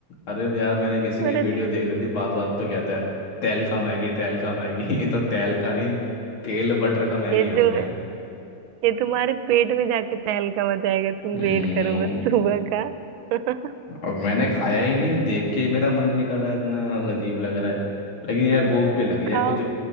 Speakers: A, on the left; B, on the right.
A: अरे मैं- यार मैंने किसी
B: बड़ा
A: की वीडियो
B: दिया
A: देख रही थी बात बात पे कहता है तेल का मैगी तेल का मैगी <laughs> ये तो तेल का नहीं तेल बटर का मैगी
B: ये
A: हो
B: जो
A: गया है
B: ये तुम्हारे पेट में जाके तहलका मचाएगा तुम
A: हम्म
B: वेट करो बस सुबह का <laughs>
A: अब मैंने खाया ही नहीं देख के ही मेरा मन नहीं कर रहा है, इतना अजीब लग रहा है लेकिन यार भूख भी लगी है
B: खाओ
A: कुछ